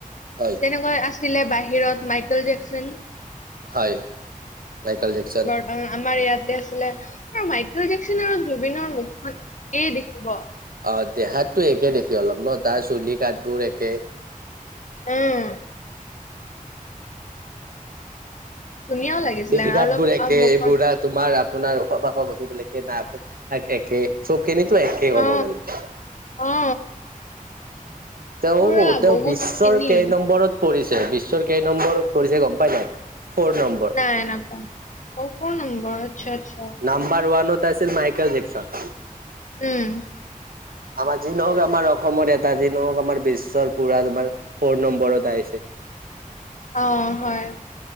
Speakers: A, on the right; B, on the left.
A: হয়
B: তেনেকুৱা আছে। ছিলে বাহিৰত মাইকেল জেকচন।
A: হয় মাইকেল জেকচন
B: বৰ্তমান আমাৰ ইয়াতে আছিলে। মাইকেল জেকচন আৰু জুবিনৰ মুখখন একেই দেখিব।
A: অ দেহাতো একে দেখে অলপ ন তাৰ চুলি কাট বোৰ একে।
B: উম। ধুনীয়াও লাগিছিলে
A: চেলি
B: আৰু
A: ঘাট
B: অলপ
A: বোৰ একে
B: আৰু মুখখন
A: এইবো তোমাৰ আপোনাৰ ওখ পাখ মানুহ বিলাকে নাক একে চব কেনিতো একে ক'ব
B: অ
A: গলে
B: অ
A: তেওঁ
B: পুৰা
A: তেওঁ
B: বহুত
A: বিশ্বৰ
B: খিনি
A: কেই নম্বৰত- পৰিছে বিশ্বৰ কেই নম্বৰত পৰিছে গম পাই নাই। ফৰ নম্বৰ
B: নাই নাপাম অ কোন নম্বৰ আচ্ছা আচ্ছা
A: নাম্বাৰ ওৱানত- আছিল মাইকেল জেকচন।
B: উম
A: আমাৰ যি নহওক আমাৰ অসমৰ এটা যি নহওক আমাৰ বিশ্বৰ পুৰা তোমাৰ ফৰ নম্বৰত আহিছে।
B: অ হয়।